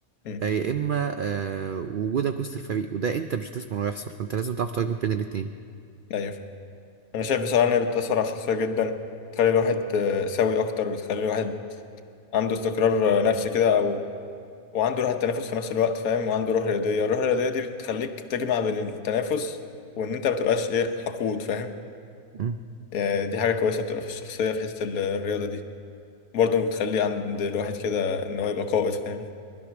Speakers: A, on the left; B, on the right.
A: امم
B: آه، يا اما آه، وجودك وسط الفريق وده انت مش هتسمع انه يحصل فانت لازم تعرف تواجه بين الاتنين
A: ايوه فاهم. انا شايف بصراحه ان هي بتاثر على الشخصيه جدا بتخلي الواحد آه، سوي اكتر بتخلي الواحد عنده استقرار آه، نفسي كده او وعنده روح التنافس في نفس الوقت فاهم وعنده روح رياضيه الروح الرياضيه دي بتخليك تجمع بين التنافس وان انت ما تبقاش ايه حقود فاهم
B: مم.
A: يعني دي حاجه كويسه بتبقى في الشخصيه في حته ال- الرياضه دي برضه بتخلي عند الواحد كده ان هو يبقى قائد فاهم